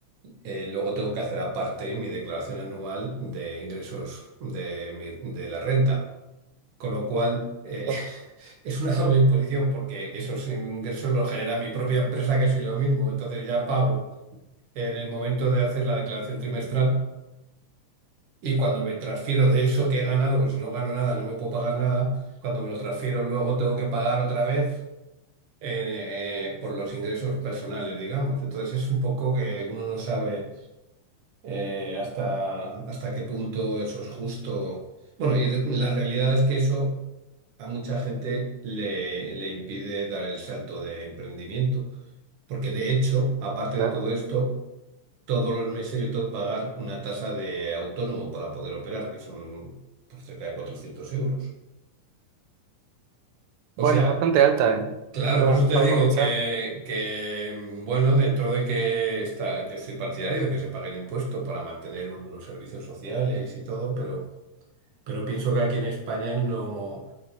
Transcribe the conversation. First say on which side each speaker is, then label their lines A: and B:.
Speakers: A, on the right (about 60°); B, on the right (about 85°).
A: eh, luego tengo que hacer aparte mi declaración anual de ingresos de, mi- de la renta. Con lo cual, eh,
B: claro.
A: <laughs> es una doble imposición porque esos ingresos los genera mi propia empresa, que soy yo mismo. Entonces ya pago en el momento de hacer la declaración trimestral Y cuando me transfiero de eso que he ganado, porque si no gano nada, no me puedo pagar nada, cuando me lo transfiero luego tengo que pagar otra vez eh, eh, por los ingresos personales, digamos. Entonces es un poco que uno no sabe eh, hasta, hasta qué punto eso es justo. Bueno, y de- la realidad es que eso a mucha gente le, le impide dar el salto de emprendimiento, porque de hecho, aparte
B: claro.
A: de todo esto, todos los meses yo tengo que pagar una tasa de autónomo para poder operar, que son pues, cerca de 400 euros. O
B: Bueno,
A: sea,
B: es bastante alta, ¿eh?
A: claro,
B: Para,
A: por eso te
B: para
A: digo
B: comenzar.
A: que, que, bueno, dentro de que está, yo soy partidario de que se paguen impuestos para mantener unos servicios sociales y todo, pero, pero pienso que aquí en España no.